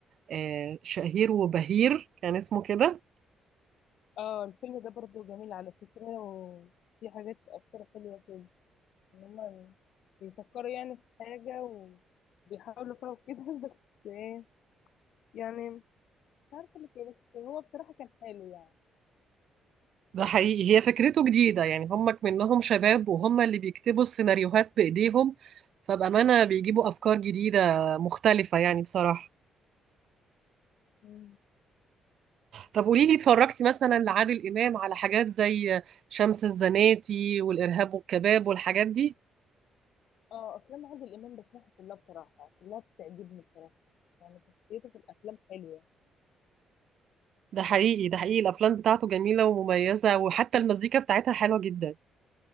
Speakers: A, on the right; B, on the left.
A: آه، شهير وبهير كان اسمه كده
B: اه الفيلم ده برضه جميل على فكرة وفي حاجات أفكار حلوة كده إن هما بيفكروا يعني في حاجة وبيحاولوا فيها وكده <laughs> بس إيه يعني مش عارفه اللي كده بس هو بصراحه كان حلو يعني
A: ده حقيقي هي فكرته جديدة يعني هم منهم شباب وهم اللي بيكتبوا السيناريوهات بإيديهم فبأمانة بيجيبوا أفكار جديدة مختلفة يعني بصراحة
B: مم.
A: طب قولي لي اتفرجتي مثلا لعادل إمام على حاجات زي شمس الزناتي والإرهاب والكباب والحاجات دي
B: اه افلام عادل امام بسمعها كلها بصراحه كلها بتعجبني بصراحه يعني شخصيته في الافلام حلوه
A: ده حقيقي ده حقيقي الأفلام بتاعته جميلة ومميزة وحتى المزيكا بتاعتها حلوة جدا